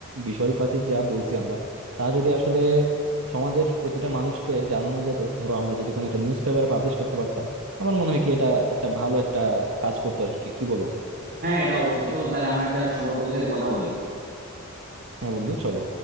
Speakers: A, on the right (about 85°); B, on the right (about 50°).
A: বিষয়পাতি যা বলছি আমরা তা যদি আসলে সমাজের প্রতিটা মানুষকে জানানো যেত ধরো আমরা যদি কোনো একটা নিউজ পেপারে পাবলিশ করতে পারতাম আমার মনে হয় কি এটা একটা ভালো একটা কাজ করতো আর কি কি বলো
B: হ্যাঁ এটা অবশ্যই চলো তাহলে আমরা একটা সংবাদপত্রের সাথে কথা বলি
A: হ্যাঁ বন্ধু চলো